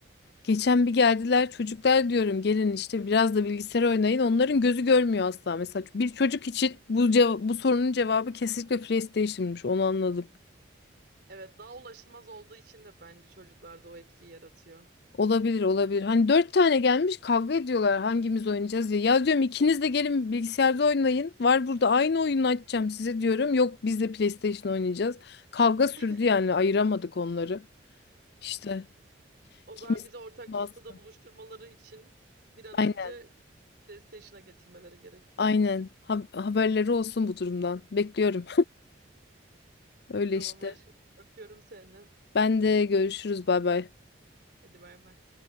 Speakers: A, on the left (about 55°); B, on the right (about 55°).
A: Geçen bir geldiler çocuklar diyorum gelin işte biraz da bilgisayar oynayın. Onların gözü görmüyor asla. Mesela bir çocuk için bu, ceva- bu sorunun cevabı kesinlikle PlayStation'mış onu anladım.
B: Evet, daha ulaşılmaz olduğu için de bence çocuklarda o etkiyi yaratıyor.
A: Olabilir olabilir. Hani dört tane gelmiş kavga ediyorlar hangimiz oynayacağız diye. Ya diyorum ikiniz de gelin bilgisayarda oynayın. Var burada aynı oyunu açacağım size diyorum. Yok biz de PlayStation oynayacağız. Kavga sürdü
B: <laughs>
A: yani ayıramadık onları. İşte
B: O
A: kimisi
B: zaman bizi ortak
A: baskı.
B: noktada buluşturmaları için bir an önce
A: Aynen
B: PlayStation'a getirmeleri gerekiyor.
A: aynen. Ha- haberleri olsun bu durumdan. Bekliyorum. <laughs> Öyle
B: Tamam
A: işte.
B: aşkım, öpüyorum seni.
A: Ben de görüşürüz bay bay.
B: Hadi bay bay.